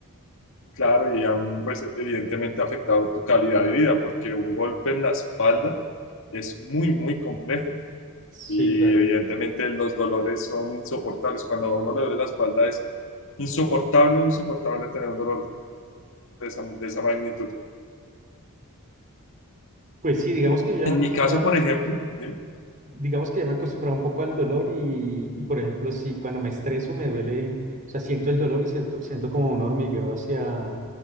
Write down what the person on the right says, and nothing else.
Sí,
claro.
Pues sí, digamos que yo ya
me acostumbraba,
digamos que ya me he acostumbrado un poco al dolor y, y, por ejemplo, si cuando me estreso me duele, o sea, siento el dolor y siento, siento como un hormigueo hacia